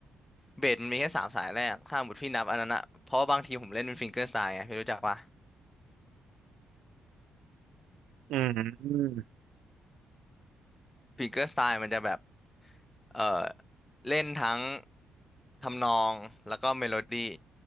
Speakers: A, on the left; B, on the right.
A: เบสมันมีแค่สามสายแรกถ้าหมดพี่นับอันนั้นอะเพราะว่าบางทีผมเล่นเป็นฟิงเกอร์สไตล์ไงพี่รู้จักปะ
B: อืม
A: ฟิงเกอร์สไตล์มันจะแบบเออเล่นทั้งทำนองแล้วก็เมโลดี้